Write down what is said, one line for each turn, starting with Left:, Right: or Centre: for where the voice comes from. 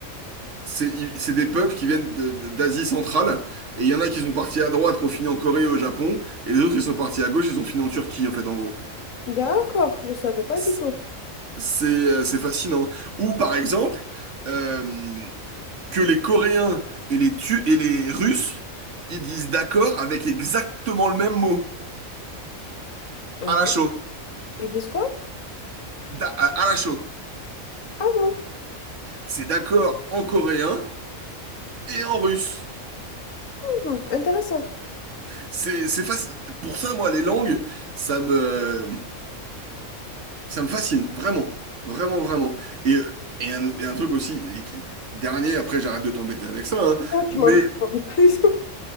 Right: c'est ils- c'est des peuples qui viennent de- de- d'Asie centrale. Et il y en a qui sont partis à droite, qui ont fini en Corée et au Japon. Et les autres, ils sont partis à gauche, ils ont fini en Turquie, en fait, en gros.
Left: D'accord, je savais pas
Right: C'est
Left: du tout.
Right: c'est euh, c'est fascinant. Ou par exemple, euh, que les Coréens et les, Tu- et les Russes, ils disent d'accord avec exactement le même mot,
Left: Ah
Right: à
Left: bon?
Right: la chaux.
Left: Ils disent quoi?
Right: Da- à à la chaux.
Left: Ah bon?
Right: C'est d'accord en coréen et en russe.
Left: Hmm, intéressant.
Right: C'est, c'est faci- Pour ça, moi, les langues, ça me, ça me fascine, vraiment. Vraiment, vraiment. Et, et, un, et un truc aussi, et qui- dernier, après, j'arrête de t'embêter avec ça, hein,
Left: Non, tu
Right: mais
Left: m'en tu m'en dis pas du tout.